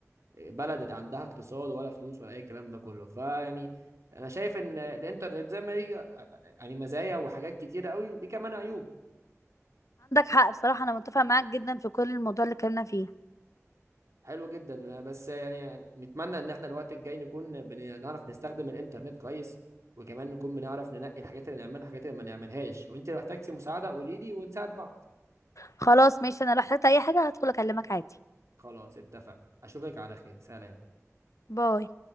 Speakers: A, on the right; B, on the left.
A: بلد عندها اقتصاد ولا فلوس ولا اي كلام ده كله فيعني انا شايف ان الانترنت زي ما ليه يعني مزايا وحاجات كتيره قوي ليه كمان عيوب
B: حق بصراحة انا متفقة معاك جدا في كل الموضوع اللي اتكلمنا فيه
A: حلو جدا بس يعني نتمنى ان احنا الوقت الجاي نكون بنعرف نستخدم الانترنت كويس وكمان نكون بنعرف ننقي الحاجات اللي نعملها والحاجات اللي ما نعملهاش وانت لو احتجتي مساعده قولي لي ونساعد بعض
B: خلاص ماشي انا لو احتجت اي حاجة هدخل اكلمك عادي
A: خلاص اتفقنا اشوفك على خير سلام
B: باي